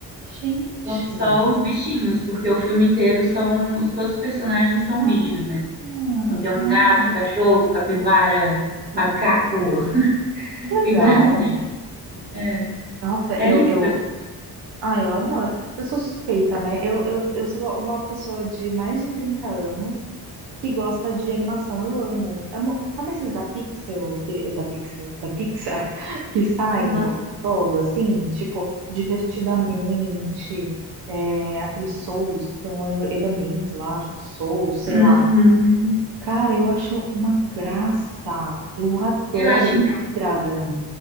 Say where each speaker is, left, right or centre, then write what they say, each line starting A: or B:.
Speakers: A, on the right (about 80°); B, on the right (about 25°).
A: Gente.
B: São só os bichinhos, porque o filme inteiro são. os- Todos os personagens são
A: Ah,
B: bichos, né? Então tem um
A: nossa,
B: gato, cachorro, capivara, macaco,
A: que legal.
B: tem várias. <laughs> É,
A: Nossa,
B: é
A: eu,
B: lindo.
A: eu, ah, eu adoro. Eu sou suspeita, né? Eu, eu, eu sou uma pessoa de mais de 30 anos que gosta de animação. Eu amo. Amo- sabe esses da Pixel, que, da Pixel, da Pixar, <laughs> que saem
B: Uhum.
A: o tempo todo, assim, tipo, divertidamente, é, aquele Souls, que eu não lembro, Elementos, eu acho, Souls, sei
B: Uhum.
A: lá. Cara, eu acho uma graça. Eu adoro,
B: Eu acho incrível
A: fico vidrada.
B: também.